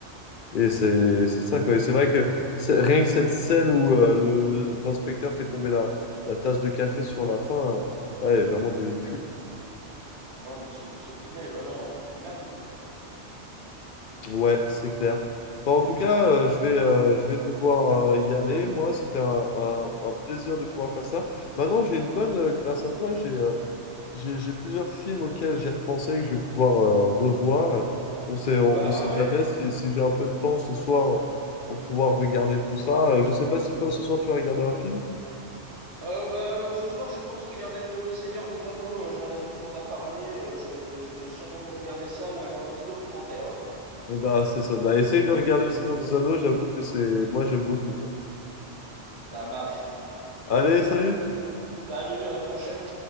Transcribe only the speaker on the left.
Et c'est c'est ça, quoi. Et c'est vrai que c'est- rien que cette scène où euh, le- le- l'inspecteur fait tomber la, la tasse de café sur la fin, euh, ouais, elle est vraiment devenue culte.
Ouais, c'est clair. Enfin, en tout cas, euh, je vais, euh, je vais devoir euh, y aller. Moi, c'était un, un- un plaisir de pouvoir faire ça. Maintenant, j'ai une bonne, euh, grâce à toi, j'ai euh, J'ai j'ai plusieurs films auxquels j'ai repensé et que je vais pouvoir euh, revoir. On sait, on,
on sait
jamais si, si j'ai un peu de temps ce soir pour pouvoir regarder tout ça. Euh, Je sais pas si toi ce soir tu vas regarder un film.
Eh ben c'est ça. Bah, essaye de regarder Le Seigneur des Anneaux. J'avoue que c'est moi j'aime beaucoup quoi.
Allez, salut!